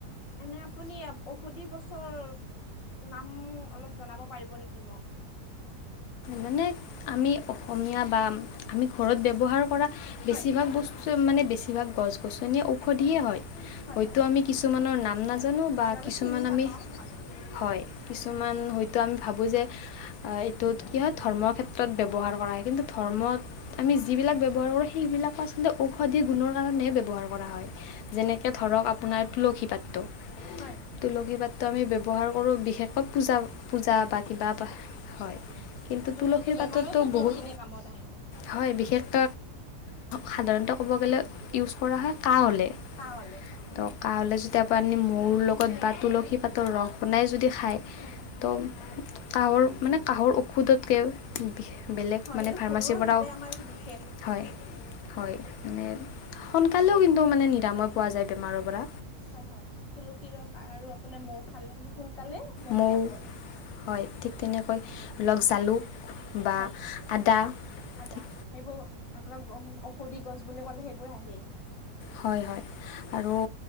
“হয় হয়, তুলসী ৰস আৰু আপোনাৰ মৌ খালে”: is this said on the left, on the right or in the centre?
Left